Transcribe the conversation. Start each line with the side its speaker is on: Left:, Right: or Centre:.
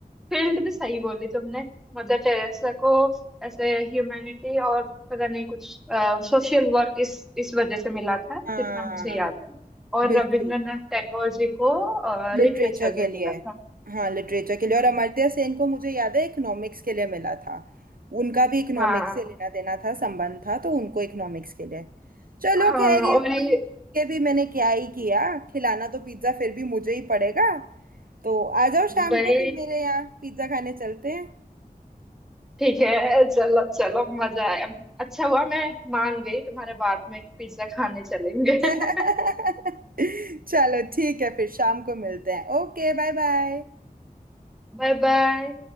Centre: फील्ड भी सही बोली तुमने मदर टेरेसा को ऐसे ह्यूमैनिटी और पता नहीं कुछ सोशल वर्क इस इस वजह से मिला था
Right: हाँ
Centre: जितना मुझे याद है और
Right: बिल्कुल
Centre: रविंद्रनाथ टैगोर जी को
Right: लिटरेचर
Centre: लिटरेचर में
Right: के लिए
Centre: मिला था
Right: हाँ लिटरेचर के लिए
Centre: हम्म।
Right: और अमर्त्य सेन को मुझे याद है इकोनॉमिक्स के लिए मिला था उनका भी इकोनॉमिक्स
Centre: हाँ
Right: से लेना देना था संबंध था तो उनको इकोनॉमिक्स के लिए चलो
Centre: हाँ
Right: खैर ये
Centre: और
Right: पॉइंट
Centre: ये
Right: के भी मैंने क्या ही किया खिलाना तो पिज्जा फिर भी मुझे ही पड़ेगा तो आ जाओ शाम
Centre: वही
Right: को फिर मेरे यहाँ पिज्जा खाने चलते हैं
Centre: ठीक है चलो चलो मजा आया अच्छा हुआ मैं मान गई तुम्हारे बात में कि पिज्जा खाने चलेंगे
Right: <laughs>
Centre: <laughs>
Right: चलो ठीक है फिर शाम को मिलते हैं Okay bye bye
Centre: Bye bye